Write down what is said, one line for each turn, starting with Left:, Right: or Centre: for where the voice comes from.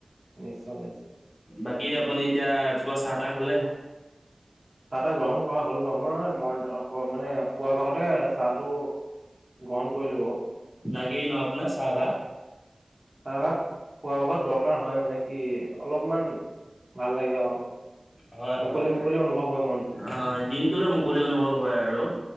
Right: নিশ্চয়, নিশ্চয়,
Left: বাকী, আপুনি এতিয়া ৰাতিপুৱা চাহ তাহ খালে?
Right: চাহ, তাহ গ্ৰহণ কৰা হ'ল বাৰু। মই মই মানে পুৱা ভাগতে চাহটো গ্ৰহণ কৰিলো বাৰু।
Left: লাগেই ন আপোনাক চাহ, বা
Right: চাহভাগ পুৱা ভাগত দৰকাৰ হয়ে মানে কি অলপমান ভাল লাগে আৰু।
Left: হয়,
Right: মুকলি
Left: হয়,
Right: মুকলি অনুভৱ হয় মনটো
Left: হয় দিনটোলে মুকলি অনুভৱ হয় আৰু।